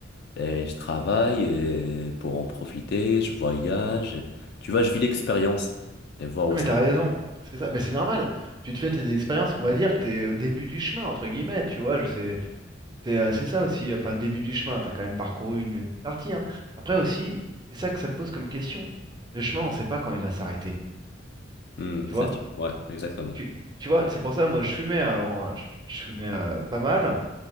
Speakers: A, on the left; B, on the right.
A: et je travaille et pour en profiter, je voyage. Tu vois, je vis l'expérience et voir où
B: Non, mais
A: ça
B: t'as raison.
A: va.
B: C'est ça. Mais c'est normal. Tu te fais tes expériences. On va dire que t'es au début du chemin, entre guillemets. Tu vois, je sais. C'est euh, c'est ça aussi, enfin, le début du chemin, t'as quand même parcouru une, une partie, hein. Après aussi, c'est ça que ça te pose comme question. Le chemin, on sait pas quand il va s'arrêter,
A: Hmm,
B: tu
A: c'est
B: vois?
A: sûr. Ouais, exactement.
B: Tu, tu vois, c'est pour ça, moi, je fumais avant, hein. Je, je fumais euh, pas mal,